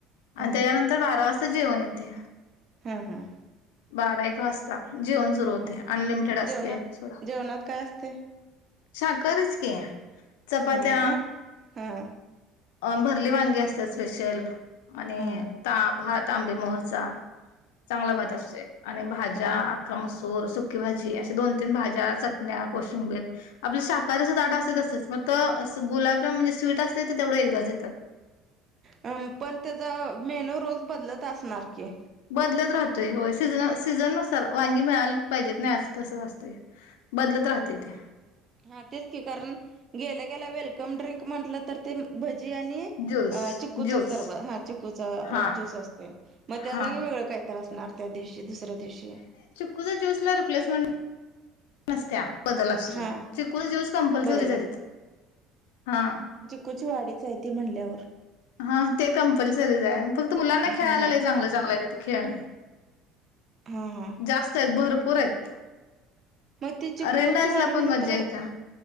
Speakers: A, on the right (about 40°); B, on the left (about 85°).
A: हां
B: आणि त्याच्यानंतर बारा वाजता जेवण येतय.
A: ह ह.
B: बारा एक वाजता जेवण सुरू होतय,
A: हां
B: अनलिमिटेड
A: जेवणात
B: असतय सोडा.
A: जेवणात काय असते?
B: शाकाहारीच की. चपात्या
A: हा हा हा
B: अ भरली वांगी असतात स्पेशल. आणि
A: हा
B: ता, भात तांबे मोहरचा चांगला भात असतोय. आणि भाज्या
A: हा
B: अख्खा मसू सूर, सुकी भाजी, अशा दोन तीन भाज्या, चटण्या, कोशिंबीर आपलं शाकाहारीचं ताट असत तसंच. फक्त अस गुलाबजाम म्हणजे स्वीट असते तेवढे एकदाच देतात.
A: अ पण त्याचा मेनू रोज बदलत असणार की?
B: बदलत राहतोय होय. सीझन, सीझन नुसार वांगी मिळाला पाहिजेत नाय असं तसं असतय. बदलत राहतय ते.
A: हा तेच की. कारण गेल्या गेल्या वेलकम ड्रिंक म्हटलं तर ते भजी आणि
B: ज्यूस
A: अ चिकूचा
B: ज्यूस
A: सरब, हा चिकूचा आ
B: हा
A: ज्यूस असते. मग त्या
B: हा
A: जागी वेगळं काय तर असणार त्या दिवशी, दुसऱ्या दिवशी.
B: कुझं ज्यूसला रिप्लेसमेंट नसत्या. बदल असतोय
A: हा
B: चिकून ज्यूस कंपलसरीच
A: बदल
B: आहे तिथ हा
A: कुच वाडीच आहे ती म्हणल्यावर
B: हा ते कंपल्सरीच आहे, फक्त मुलांना
A: हा
B: खेळायला लय चांगलं चांगलं आहे तिथं खेळणी.
A: हा हा
B: जास्त आहेत भरपूर आहेत.
A: मंग ती चिक्कू
B: रेन डान्सला
A: ची वाडी
B: पण
A: म्हणली
B: मज्जा
A: तर
B: येत्या